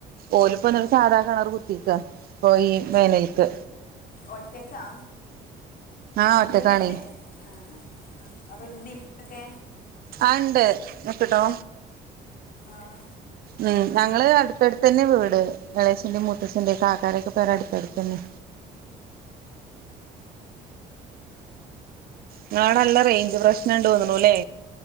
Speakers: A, on the right (about 60°); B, on the left (about 60°).
A: ഓല് ഇപ്പൊന്നട്ട്സാധാ കിണർ കുത്തിക്ക ഇപ്പൊ ഈ വേനൽക്ക്.
B: ഒറ്റക്കാ
A: ആഹ് ഒറ്റക്കാണേ
B: വീട്ടില് ആഹ് അപ്പൊ ഇമ്മീം ഇപ്പെക്കെ
A: ആഹ് ണ്ട് നിക്ക് ട്ടൊ
B: ആഹ്
A: ഉം ഞങ്ങള്അടുത്ത അടുത്ത് തന്നെ വീട് എളയച്ഛന്റെയും മുത്തച്ഛന്റെ കാക്കാരൊക്കെ പേര അട്ത്തട്ത്ത് തന്നെ ഇങ്ങളോടെ നല്ല റേഞ്ച് പ്രശ്നംണ്ട് തോന്നുണുല്ലേ